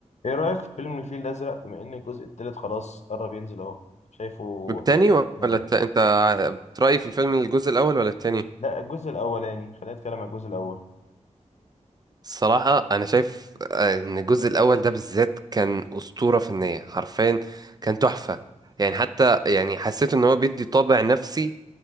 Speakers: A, on the left; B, on the right.
A: ايه رأيك في فيلم الفيل الأزرق بما ان الجزء التالت خلاص قرب ينزل اهو شايفه
B: التاني
A: إيه؟
B: ولا الت...
A: هجرة
B: انت بترأي في الفيلم الجزء الاول ولا التاني
A: لا الجزء الاولاني خلينا نتكلم عن الجزء الاول
B: الصراحة أنا شايف آه، إن الجزء الأول ده بالذات كان أسطورة فنية حرفيا كان تحفة يعني حتى يعني حسيت إن هو بيدي طابع نفسي